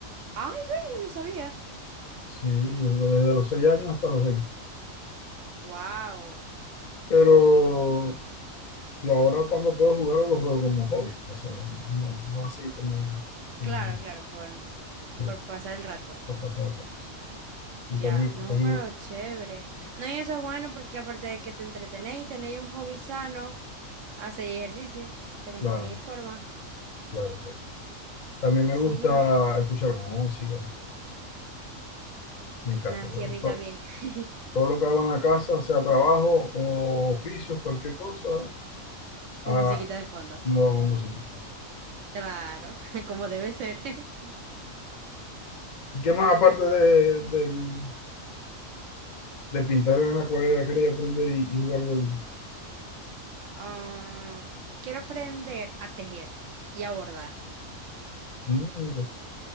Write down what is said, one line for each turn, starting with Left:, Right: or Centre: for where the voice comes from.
Right: Ay, ve, yo no sabía.
Left: Sí, yo jugué desde los 6 años hasta los veinte
Right: Wow.
Left: Pero lo- ahora cuando puedo jugar lo juego como hobby. pues, O sea, no, no así como, como,
Right: Claro, claro, por,
Left: eh,
Right: por pasar el rato.
Left: para pasar el rato. Y
Right: Ya,
Left: También,
Right: no,
Left: también,
Right: pero chévere. No, y eso es bueno porque aparte de que te entretenéis, tenéis un hobby sano, hacéis ejercicio, te mantenéis
Left: claro,
Right: en forma.
Left: claro, claro. También me
Right: Sí,
Left: gusta
Right: bien.
Left: escuchar música. Me encanta.
Right: Nah,
Left: porque
Right: sí, a mí
Left: to-
Right: también. <laughs>
Left: todo lo que hago en la casa, sea trabajo o oficios, cualquier cosa,
Right: Con
Left: a,
Right: musiquita de fondo.
Left: no hago musiquitas.
Right: Claro, <laughs> como debe ser. <laughs>
Left: ¿Y qué más aparte de, del de pintar en la acuarela quería aprender y, y jugar voleibol.
Right: Ah, quiero aprender a tejer y a bordar.
Left: Mm, Mira,